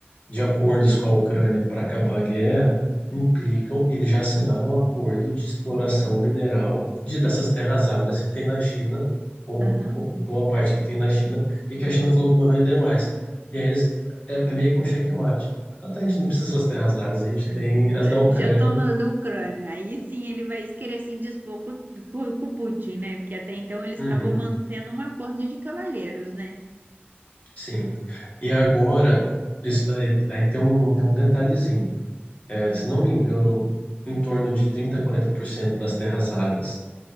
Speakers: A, on the left; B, on the right.
A: de acordos com a Ucrânia para acabar a guerra, implicam, eles já assinaram um acordo de exploração mineral de, dessas terras raras que tem na China, ou
B: Aham.
A: co- boa parte que tem na China, e que a China falou que não vai vender mais. E aí eles, é, é meio que um checkmate. Ah, tá, a gente não precisa dessas terras raras, a gente
B: <laughs>
A: tem as da Ucrânia.
B: Já estou na Ucrânia. Aí sim ele vai querer se indispor com, com, com o Putin, né? Porque até então eles
A: Uhum.
B: estavam mantendo um acordo de cavalheiros, né?
A: Sim. E agora, isso- aí, aí tem um, tem um detalhezinho. É, se não me engano, em torno de 30 a quarenta por cento das terras raras